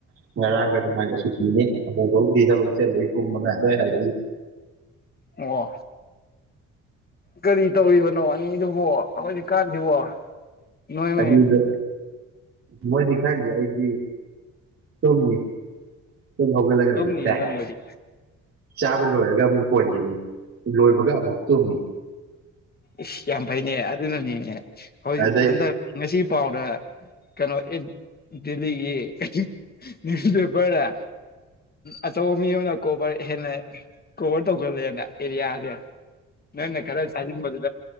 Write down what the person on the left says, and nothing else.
ꯑꯣ ꯀꯔꯤ ꯇꯧꯔꯤꯕꯅꯣ ꯑꯅꯤꯗꯨꯕꯣ ꯍꯧꯖꯤꯛ ꯀꯥꯟꯖꯤꯕꯣ <unintelligible>
ꯇꯨꯝꯅꯤ ꯅꯪꯕꯨꯗꯤ
ꯏꯁ ꯌꯥꯝ ꯐꯩꯅꯦ ꯑꯗꯨꯅꯅꯤꯅꯦ ꯍꯣꯏ
ꯍꯟꯗꯛ ꯉꯁꯤ ꯄꯥꯎꯗ ꯀꯅꯣ ꯑꯦꯐ ꯗꯦꯜꯂꯤꯒꯤ ꯅ꯭ꯌꯨꯁꯄꯦꯄꯔꯗ ꯑꯆꯧꯕ ꯃꯤ ꯑꯃꯅ ꯀꯣꯚꯔ ꯍꯦꯟꯅ ꯀꯣꯚꯔ ꯇꯧꯈꯠꯂꯦꯅ ꯑꯦꯔꯤꯌꯥꯖꯦ ꯅꯪꯅ ꯈꯔ ꯆꯥꯅꯤꯡꯕꯗꯨꯗ